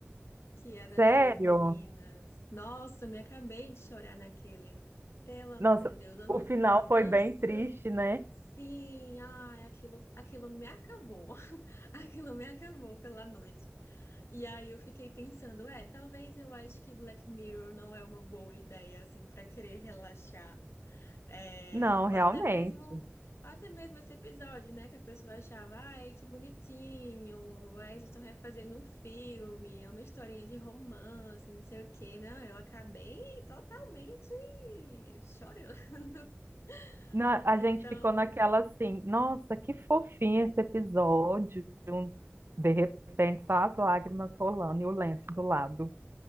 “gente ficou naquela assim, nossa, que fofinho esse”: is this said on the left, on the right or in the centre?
Right